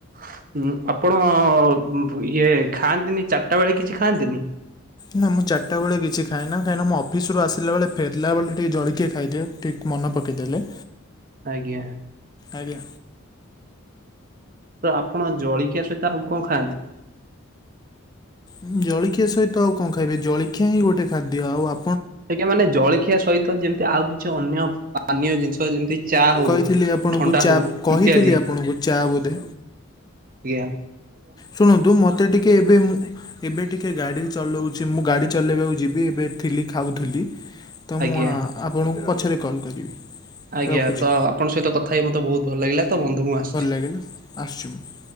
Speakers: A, on the right; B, on the left.
A: ହୁଁ ଆପଣ ଉଫୁ ଇଏ ଖାଆନ୍ତିନି ଚାରିଟା ବେଳେ କିଛି ଖାଆନ୍ତିନି?
B: ନା ମୁଁ ଚାରିଟା ବଳେ କିଛି ଖାଏ ନା କାହିଁକି ନା ମୁଁ ଅଫିସରୁ ଆସିଲା ବେଳେ ଫେରିଲା ବେଳେ ଟିକେ ଜଳିଖିଆ ଖାଇଦି‌ଏ। ଠିକ୍ ମନ ପକେଇଦେଲେ।
A: ଆଜ୍ଞା
B: ଆଜ୍ଞା
A: ତ ଆପଣ ଜଳଖିଆ ସହିତ ଆଉ କଣ ଖାଆନ୍ତି?
B: ଉଁ ଜଳିଖିଆ ସହିତ ଆଉ କଣ ଖାଇବି ଜଳିଖିଆ ହିଁ ଗୋଟେ ଖାଦ୍ୟ ଆଉ ଆ
A: ଆଜ୍ଞା ମାନେ ଜଳିଖିଆ ସହିତ ଯେମିତି ଆଉ କିଛି ଅନ୍ୟ ପାନୀୟ ଜିନିଷ ତ ଯେମିତି ଚା ହଉ
B: କହିଥିଲି ଆପଣଙ୍କୁ
A: ଥଣ୍ଡା
B: ଚା
A: ହଉ
B: କହିଥିଲି
A: ଇତ୍ୟାଦି।
B: ଆପଣଙ୍କୁ ଚା ବୋଧେ
A: ଇଆ
B: ଶୁଣନ୍ତୁ ମତେ ଟିକେ ଏବେ ମୁଁ ଏବେ ଟିକେ ଗାଡି ଚଲଉଛି ମୁଁ ଗାଡି ଚଲେଇବାକୁ ଯିବି। ଏବେ ଥିଲି ଖାଉଥିଲି।
A: ଆଜ୍ଞା।
B: ମୁଁଆ ଆପଣଙ୍କୁ ପଛରେ କଲ୍ କରିବି।
A: ଆଜ୍ଞା
B: ରଖୁଛି
A: ତ ଆପଣଙ୍କ ସହିତ କଥାଇ ମତେ ବହୁତ୍ ଭଲ ଲାଗିଲା ତ ବନ୍ଧୁ ମୁଁ ଆସିଛି।
B: <inaudible> ଆସୁଛି ମୁଁ।